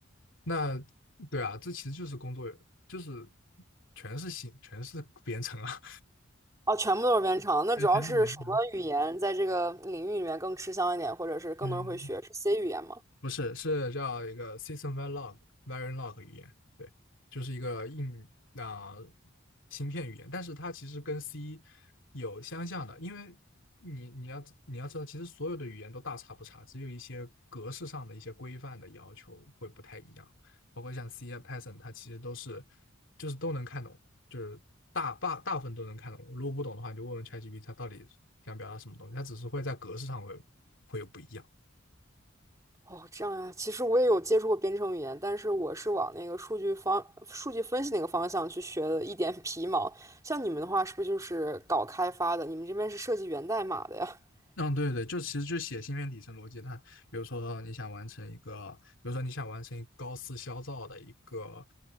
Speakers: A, on the left; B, on the right.
A: 那对啊，这其实就是工作，就是全是新，全是编程啊，
B: 哦，全部都是编程，
A: <laughs>
B: 那主要是什么语言在这个领域里面更吃香一点，
A: 对，全是编程。
B: 或者是更多人会学，
A: 嗯。
B: 是 C 语言吗？
A: 不是，是叫一个 System Verilog Verilog 语言，对，就是一个硬啊、芯片语言，但是它其实跟 C 有相像的，因为你你要你要知道，其实所有的语言都大差不差，只有一些格式上的一些规范的要求会不太一样，包括像 C 啊 Python，它其实都是就是都能看懂，就是大大大部分都能看懂。如果不懂的话，你就问问 ChatGPT 它到底想表达什么东西，它只是会在格式上会会有不一样。
B: 哦，这样呀，其实我也有接触过编程语言，但是我是往那个数据方、数据分析那个方向去学的，一点 <laughs> 皮毛。像你们的话，是不是就是搞开发的？你们这边是设计源代码的呀？<laughs>
A: 嗯，对对对，就其实就写芯片底层逻辑，它比如说你想完成一个，比如说你想完成一个高斯消噪的一个